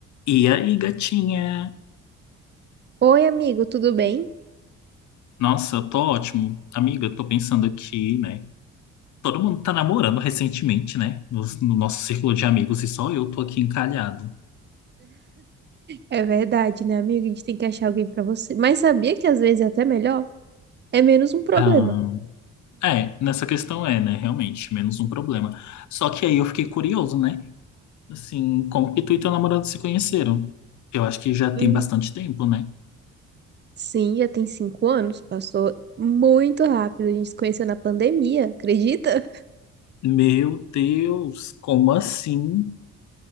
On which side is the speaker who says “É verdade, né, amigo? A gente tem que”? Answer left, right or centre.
Right